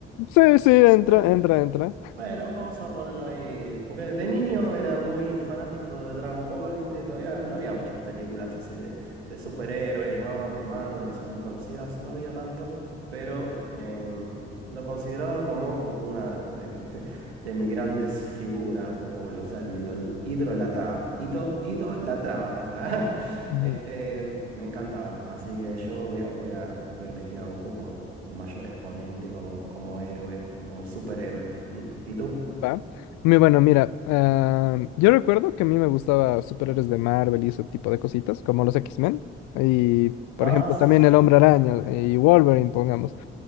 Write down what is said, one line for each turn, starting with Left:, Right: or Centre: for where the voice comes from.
Left: Sí, sí, entra,
Right: <laughs>
Left: entra, entra.
Right: Bueno, vamos a ponerlo ahí. Porque de niño era muy fanático de Dragon Ball, ¿viste? Todavía no había muchas películas así de, de superhéroes, ¿no? De Marvel, que sean muy conocidas, no había tanto. Pero em, lo consideraba como una de, de- de mis grandes figuras, Goku. O sea, lo idol, idolata- ido- idolatraba. Ahí está. <laughs>
Left: Ujú.
Right: Este, me encantaba. Así que yo voy a, voy a, voy a elegir a Goku como mi mayor exponente, como, como héroe, como superhéroe. Mm. ¿Y tú?
Left: Va. Muy bueno, mira, am, yo recuerdo que a mí me gustaba superhéroes de Marvel y ese tipo de cositas, como los X-Men. Y, por
Right: Ah,
Left: ejemplo,
Right: sí,
Left: también
Right: sí.
Left: el Hombre Araña y Wolverine, pongamos.